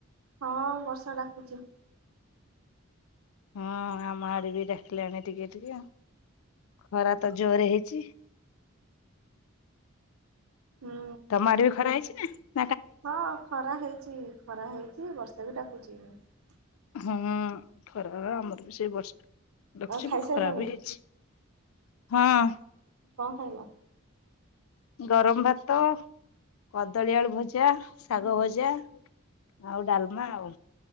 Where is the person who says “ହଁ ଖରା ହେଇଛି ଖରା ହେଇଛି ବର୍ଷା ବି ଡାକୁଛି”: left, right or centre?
Right